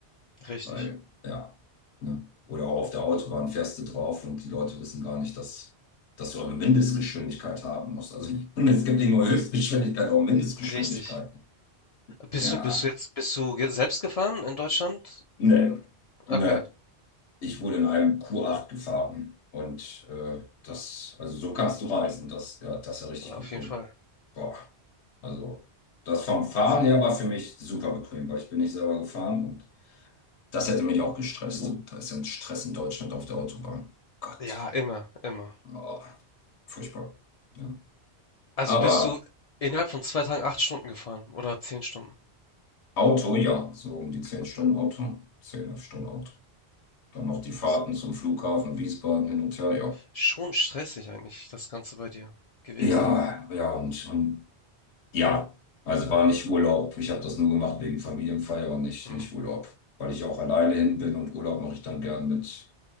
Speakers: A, on the left (about 45°); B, on the left (about 85°).
A: Richtig.
B: Weil, ja, ne? Oder auch auf der Autobahn fährst du drauf und die Leute wissen gar nicht, dass, dass du auch eine Mindestgeschwindigkeit haben musst. Also <laughs> es gibt nicht nur Höchstgeschwindigkeit, auch Mindestgeschwindigkeiten
A: Richtig. Bist
B: Ja,
A: du, bist du jetzt, bist du ge- selbst gefahren in Deutschland?
B: ne, ne.
A: Okay,
B: Ich wurde in einem Q8 gefahren und äh, das, also so kannst du reisen. Das, ja, das ist ja richtig
A: auf
B: bequem.
A: jeden Fall.
B: Boah, also das vom Fahren
A: Also,
B: her war für mich super bequem, weil ich bin nicht selber gefahren und das hätte mich auch gestresst. Da ist ja ein Stress in Deutschland auf der Autobahn. Gott.
A: ja, immer, immer.
B: Oh, furchtbar. Ja.
A: Also
B: Aber
A: bist du innerhalb von 2 Tagen 8 Stunden gefahren oder 10 Stunden?
B: Auto, ja, so um die zehn
A: Okay.
B: Stunden Auto, 10, 11 Stunden Auto. Dann noch die Fahrten
A: Was-
B: zum Flughafen, Wiesbaden hin und her, ja.
A: Schon stressig eigentlich das Ganze bei dir gewesen.
B: Ja, ja, und, und ja, also war nicht Urlaub. Ich habe das nur gemacht wegen Familienfeier und nicht,
A: Mhm.
B: nicht Urlaub, weil ich auch alleine hin bin und Urlaub mache ich dann gern mit,